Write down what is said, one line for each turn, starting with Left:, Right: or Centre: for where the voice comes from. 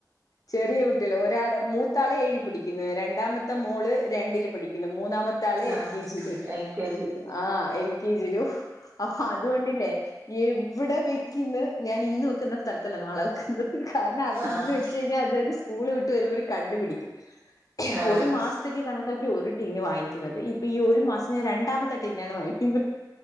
Left: ചെറിയ കുട്ടിയൾ ഒരാള് മൂത്താള് ഏഴി പഠിക്കുന്നെ രണ്ടാമത്തെ മോള് രണ്ടില് പഠി പിന്നെ മൂന്നാമത്തെ ആള് എൽ
Right: ആഹ്
Left: കെ ജി ല്
Right: എൽ കെ ജിയില്
Left: ആ എൽ രും ഹ് അപ്പൊ അതുകൊണ്ടില്ലേ എവ് വിടെ വെക്ക്ന്ന് ഞാൻ ഇന്ന് വെക്കുന്ന സ്ഥലത്തല്ല നാളെ വെക്കുന്നത്. കാരണം അവരിന്ന്
Right: ആഹ്
Left: വെച്ച് കഴിഞ്ഞാൽ അത് അവര് സ്കൂള് വിട്ട് വരുമ്പോര് കണ്ടു പിടിക്കും. <inaudible>
Right: ആഹ്
Left: ഒരു മാസത്തേക്ക് കണക്കാക്കി ഒരു ട്ടിന്ന് വാങ്ങിക്കുന്നത് ഇപ്പൊ ഈ ഒരു മാസം ഞാൻ രണ്ടാമത്തെ ട്ടിന്നാണ് വാങ്ങിക്കുന്നത്.